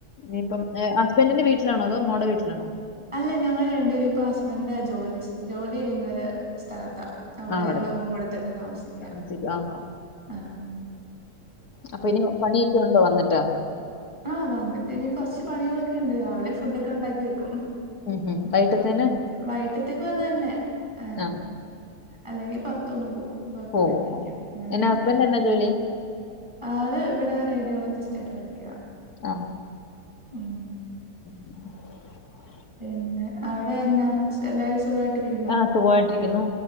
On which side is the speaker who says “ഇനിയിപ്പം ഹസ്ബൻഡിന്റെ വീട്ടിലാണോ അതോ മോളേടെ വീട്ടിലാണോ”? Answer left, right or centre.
Left